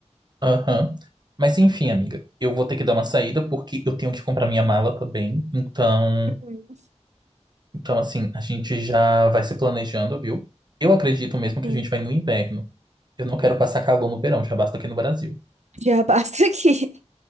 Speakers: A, on the right; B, on the right.
A: aham. Mas enfim, amiga, eu vou ter que dar uma saída porque eu tenho que comprar minha mala também. Então,
B: Uhum.
A: então assim, a gente já vai se planejando, viu? Eu acredito mesmo que
B: Sim.
A: a gente vai no inverno. Eu não quero passar calor no verão, já basta aqui no Brasil.
B: Já basta aqui. <laughs>